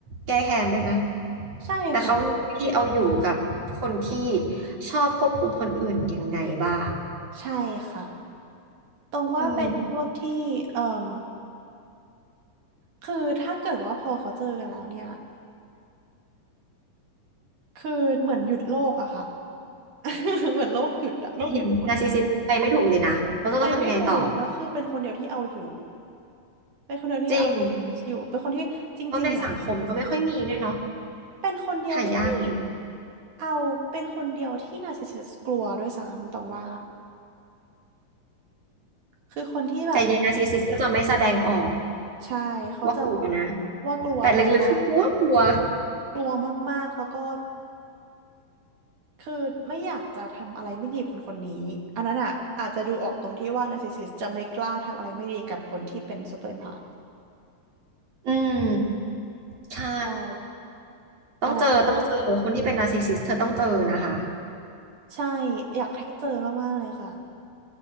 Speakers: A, on the right (about 50°); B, on the right (about 70°).
A: แก้แค้นด้วยนะ
B: ใช่ค่ะ
A: แต่เขารู้วิธีเอาอยู่กับคนที่ชอบควบคุมคนอื่นยังไงบ้าง
B: ใช่ค่ะตรงว่าเป็นพวกที่เอ่ม
A: อืม
B: คือถ้าเกิดว่าพอเขาเจอกันแล้วเนี่ยคือเหมือนหยุดโลกอะค่ะ <laughs> เหมือนโลกหยุดอะโลกหยุดหมดอะ
A: เห็นนาร์ซิสซิสต์ไปไม่ถูกเลยนะเขาจะต้องทำยังไงต่อ
B: ไปไม่ถูกแล้วคือเป็นคนเดียวที่เอาอยู่ เป็นคนเดียวที่เอา
A: จริง
B: narcissist อยู่เป็นคนที่จริงๆอ่ะ
A: แล้วในสังคมก็ไม่ค่อยมีด้วยเนาะ
B: เป็นคนเดียวที่
A: หายากอยู่
B: เอาเป็นคนเดียวที่ narcissist กลัวด้วยซ้ำตรงว่า คือคนที่แบบ
A: แต่เยนาร์ซิสซิสต์ก็จะไม่แสดงออก
B: ใช่เขาจะ
A: ว่ากลัวนะ
B: ว่ากลัวแต่ว่า
A: แต่ลึกๆคือกลัวกลัว
B: กลัวมากๆแล้วก็คือไม่อยากจะทำอะไรไม่ดีกับคนคนนี้อันนั้นอ่ะอาจจะดูออกตรงที่ว่า narcissist จะไม่กล้าทำอะไรไม่ดีกับคนที่เป็น super empath
A: อืม ใช่
B: ใช่
A: ต้องเจอ
B: อันนั้นอ่ะ
A: ต้องเจอ คนที่เป็นนาร์ซิสซิสเธอต้องเจอนะคะ
B: ใช่อยากให้เจอมากๆเลยค่ะ